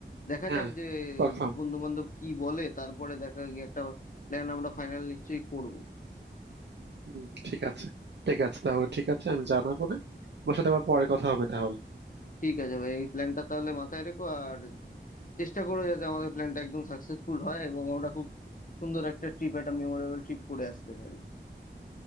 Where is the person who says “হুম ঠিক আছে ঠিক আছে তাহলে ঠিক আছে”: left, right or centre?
Right